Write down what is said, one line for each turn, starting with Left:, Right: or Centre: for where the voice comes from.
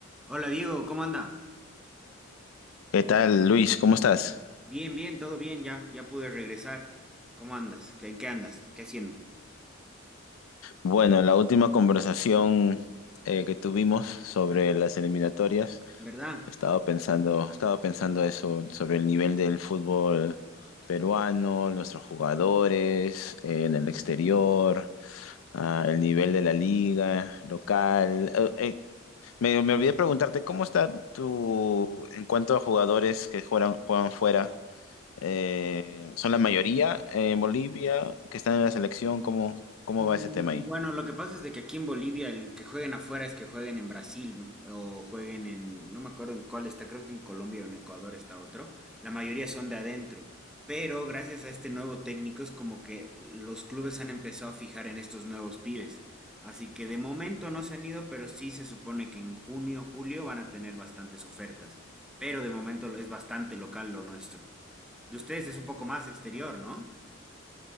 Centre: Hola Diego, ¿cómo anda?
Left: ¿Qué tal, Luis? ¿Cómo estás?
Centre: Bien, bien, todo bien, ya, ya pude regresar. ¿Cómo andas? ¿Qué- ¿En qué andas? ¿Qué haciendo?
Left: Bueno, la última conversación eh, que tuvimos sobre las eliminatorias,
Centre: ¿Verdad?
Left: estaba pensando, estaba pensando eso, sobre el nivel del fútbol peruano, nuestros jugadores eh, en el exterior, ah, el nivel de la liga local. Eh, eh, me, me olvidé preguntarte, ¿cómo está tu, en cuanto a jugadores que juegan, juegan fuera? eh, son la mayoría en Bolivia que están en la selección. ¿Cómo, cómo
Centre: Mm,
Left: va ese tema ahí?
Centre: Bueno, lo que pasa es de que aquí en Bolivia el que jueguen afuera es que jueguen en Brasil mm, o jueguen en, no me acuerdo en cuál está, creo que en Colombia o en Ecuador está otro. La mayoría son de adentro, pero gracias a este nuevo técnico es como que los clubes han empezado a fijar en estos nuevos pibes. Así que de momento no se han ido, pero sí se supone que en junio, julio van a tener bastantes ofertas. Pero de momento es bastante local lo nuestro. De ustedes es un poco más exterior, ¿no?